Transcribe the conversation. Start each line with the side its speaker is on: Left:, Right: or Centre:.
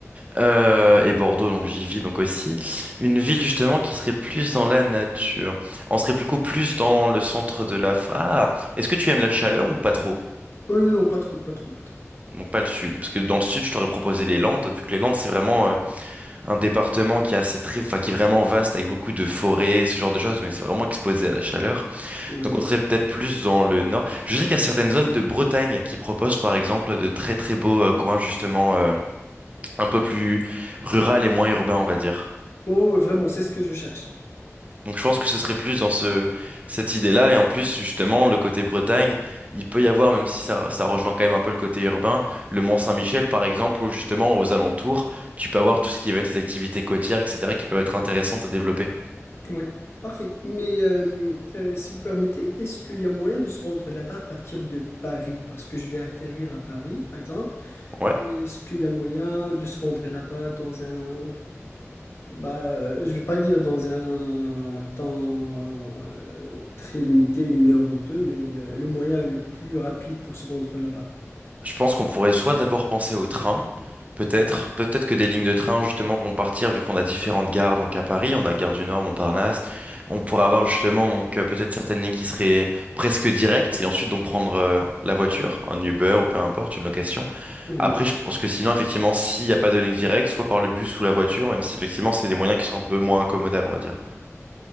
Right: Euh, et Bordeaux donc j'y vis donc aussi une ville justement qui serait plus dans la nature on serait beaucoup plus dans le centre de la ah est-ce que tu aimes la chaleur ou pas trop
Left: Euh, non, pas trop, pas trop, pas trop.
Right: donc pas le sud parce que dans le sud je t'aurais proposé les Landes vu que les Landes c'est vraiment euh, un département qui est assez très, enfin qui est vraiment vaste avec beaucoup de forêts, ce genre de choses, mais c'est vraiment exposé à la chaleur.
Left: Oui.
Right: Donc on serait peut-être plus dans le nord. Je sais qu'il y a certaines zones de Bretagne qui proposent par exemple de très très beaux euh, coins justement euh, un peu plus rural et moins urbain, on va dire.
Left: Oh, ouais, vraiment, c'est ce que je cherche.
Right: Donc je pense que ce serait plus dans ce cette idée-là et en plus justement le côté Bretagne, il peut y avoir même si ça ça rejoint quand même un peu le côté urbain, le Mont-Saint-Michel par exemple ou justement aux alentours, tu peux avoir tout ce qui va être des activités côtières, etc., qui peuvent être intéressantes à développer.
Left: Oui, parfait. Mais euh, euh, si vous permettez, est-ce qu'il y a moyen de se rendre là-bas à partir de Paris? Parce que je vais atterrir à Paris, par exemple.
Right: Ouais.
Left: Est-ce qu'il y a moyen de se rendre là-bas dans un... Bah, euh, je vais pas dire dans un temps euh, très limité, une heure ou deux, mais euh, le moyen le plus rapide pour se rendre là-bas.
Right: Je pense qu'on pourrait soit d'abord penser au train, peut-être, peut-être que des lignes de train justement vont partir vu qu'on a différentes gares. Donc à Paris, on a Gare du Nord, Montparnasse. On pourrait avoir justement donc euh, peut-être certaines lignes qui seraient presque directes et ensuite donc prendre euh, la voiture, un Uber ou peu importe, une location.
Left: Oui.
Right: Après, je pense que sinon effectivement, s'il n'y a pas de ligne directe, soit par le bus ou la voiture, même si effectivement c'est des moyens qui sont un peu moins incommodables, on va dire.